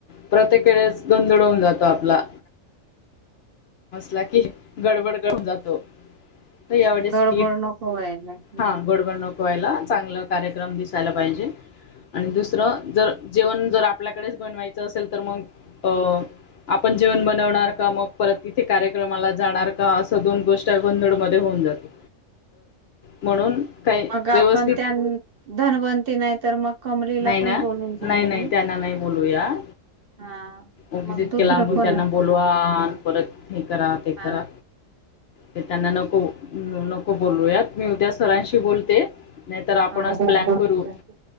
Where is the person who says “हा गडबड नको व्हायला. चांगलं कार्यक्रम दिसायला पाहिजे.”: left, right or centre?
Left